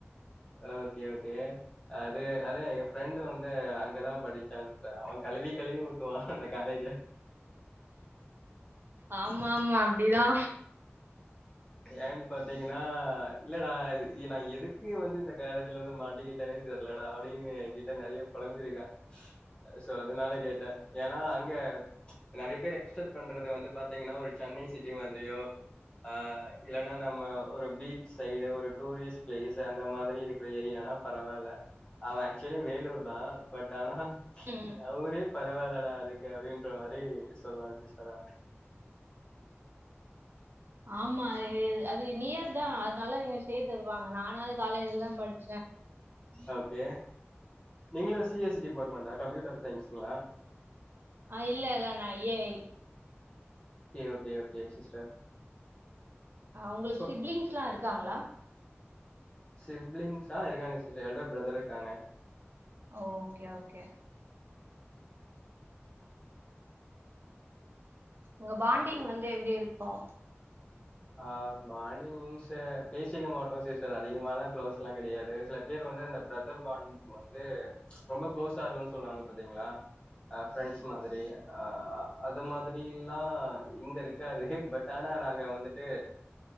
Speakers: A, on the left; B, on the right.
A: ஓகே ஓகே அது அது என் ஃப்ரெண்டு வந்து அங் அங்கதா படிச்சான் சிஸ்டர் அவ கழுவி கழுவி ஊத்துவா அந்த காலேஜ
B: ஆமா ஆமா அப்டிதா
A: ஏன்னு பாத்தீங்கன்னா இல்லடா நா எதுக்கு வந்து இந்த காலஜ்ல வந்து மாட்டிக்கிட்டேனே தெர்லடா அப்படின்னு என்கிட்ட நெறைய புழம்பிருக்கா சோ அதனால கேட்டே ஏன்னா அங்க நெறைய பேர் எக்ஸ்பெக்ட் பண்றது வந்து பாத்தீங்கன்னா ஒரு சென்னை சிட்டி மாதிரியோ ஆ இல்லன்னா நம்ம ஒரு பீச் சைடு ஒரு டூரிஸ்ட் பிளேஸ் அந்த மாதிரி இருக்கிற ஏரியானா பரவால்ல அவன் ஆக்சுவலி வேலூர் தா பட் ஆனா
B: ம்
A: அவ ஊரே பரவாயில்லடா அதுக்கு அப்படின்ற மாரி சொல்லுவா சிஸ்டர் அவ
B: ஆமா அது நியர் தா அதனால இங்க சேர்த்தருவாங்க நானது காலேஜ்ல தா படிச்
A: ஓகே நீங்களு சி எஸ் சி டிபார்ட்மெண்டா கம்ப்யூட்டர் சயின்ஸளா
B: ஆ இல்லல்ல A I
A: K okay okay sister
B: உங்களுக்கு
A: சோ
B: சிப்லிங்ஸ் எல்லா இருக் க்காங்களா
A: சிப்லிங்ஸா இருக்காங்க சிஸ்டர் எல்டர் பிரதர் இருக்காங்க
B: ஓகே ஓகே உங்க பாண்டிங்
A: அப்ற
B: வந்து எப்டி இருக் ம்
A: ஆ பாண்டிங் மீன்ஸு பேசிக்க மாட்டோம் சிஸ்டர் அதிகமால்லா க்ளோஸ்ல்லா கிடையாது சில பேர் வந்து அந்த பிரதர் பாண்ட் வந்து ரொம்ப க்ளோஸா இருக்கும்னு சொல்லுவாங்க பாத்தீங்களா ஆ ஃப்ரெண்ட்ஸ் மாதிரி அ அது மாதிரிலா இங்க இருக்காது து பட் ஆனா நாங்க வந்துட் அ‌